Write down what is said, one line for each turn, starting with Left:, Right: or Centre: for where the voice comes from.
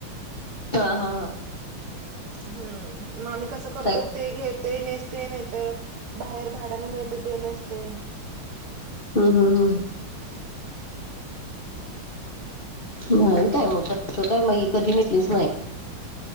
Left: हा हा हा
Right: हम्म मग आम्ही कसं करतो
Left: काय
Right: ते घेत ते नेसते नाही तर बाहेर भाड्याने मिळत. म नसते
Left: हा हा हा ह मा काय म काय कधी मिटलीच नाही.